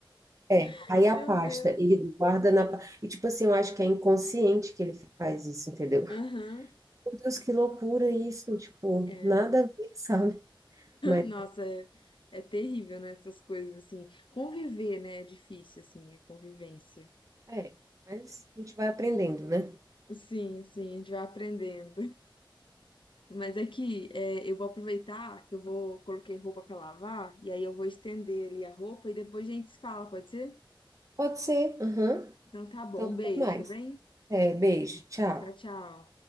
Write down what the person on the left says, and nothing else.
<laughs>
meu
Deus.
Aham.
é.
Nossa, é, é terrível, né? Essas coisas assim. Conviver, né? É difícil, assim, a convivência.
Sim, sim, a gente vai aprendendo. Mas é que é, eu vou aproveitar que eu vou coloquei roupa pra lavar e aí eu vou estender ali a roupa e depois a gente se fala, pode ser?
Então tá bom,
um
beijo,
tá bem?
Tchau, tchau.